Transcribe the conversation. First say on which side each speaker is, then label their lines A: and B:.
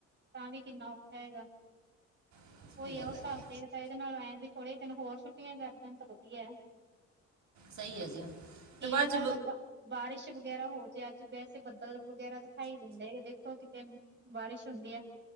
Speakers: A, on the right; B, on the right.
A: ਤਾਂ ਵੀ ਕਿੰਨਾ ਔਖਾ ਐਗਾ।
B: ਸਹੀ
A: ਉਈ ਐ
B: ਗੱਲ
A: ਉਸ
B: ਹੈ
A: ਹਿਸਾਬ
B: ਜੀ
A: ਤੇ ਤਾਂ ਇਦੇ ਨਾਲ ਐਂ ਵੀ ਥੋੜੇ ਦਿਨ ਹੋਰ ਛੁੱਟੀਆਂ ਕਰ ਦੇਨ ਤਾਂ ਵਧੀਆ।
B: ਸਈ ਐ ਜੀ।
A: ਕੀ
B: ਤੇ ਬਾਅਦ
A: ਪਤਾ
B: ਚ
A: ਐਗਾ ਬ ਬਾਰਿਸ਼ ਵਗੈਰਾ ਹੋ ਜੇ ਅੱਜ ਵੈਸੇ ਬੱਦਲ ਵਗੈਰਾ ਦਿਖਾਈ ਦਿੰਦੇ ਦੇ। ਦੇਖੋ ਕਿਤੇ ਬਾਰਿਸ਼ ਹੁੰਦੀ ਐ,